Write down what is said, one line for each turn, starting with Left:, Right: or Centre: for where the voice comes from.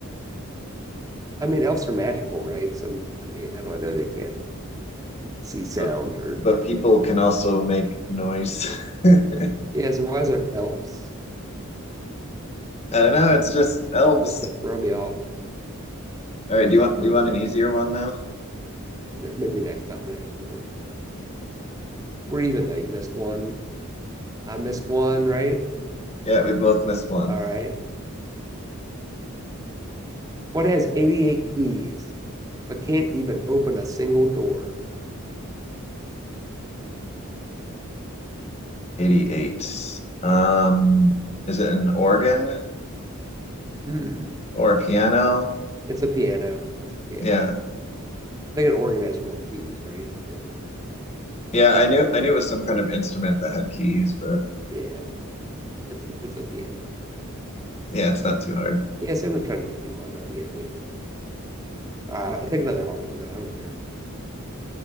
Right: I mean, elves are magical, right? So, I mean, how do I know they can't see sound
Left: But
Right: or,
Left: but people
Right: you know?
Left: can also make noise. <laughs> I
Right: Yeah, so why is it elves?
Left: don't know. It's just elves.
Right: Just to throw me off.
Left: All right. Do
Right: Just
Left: you want
Right: to throw
Left: do you
Right: me
Left: want
Right: off.
Left: an easier
Right: Elves.
Left: one now?
Right: Maybe next time I'm gonna ask you one now. We're even though you missed one. I missed one, right?
Left: Yeah, we both missed one.
Right: All right. What has 88 keys but can't even open a single door?
Left: 88. Um, is it an organ
Right: Hmm.
Left: or a piano?
Right: It's a piano. It's a piano.
Left: Yeah.
Right: I think an organ has more keys, right? Or
Left: Yeah, I knew I knew it was some kind of instrument that had keys, but
Right: yeah, it's a, it's a piano.
Left: yeah, it's not too hard.
Right: Yeah, so I'm not trying to be too hard on you. I mean, uh, I take another hard one though. I don't care.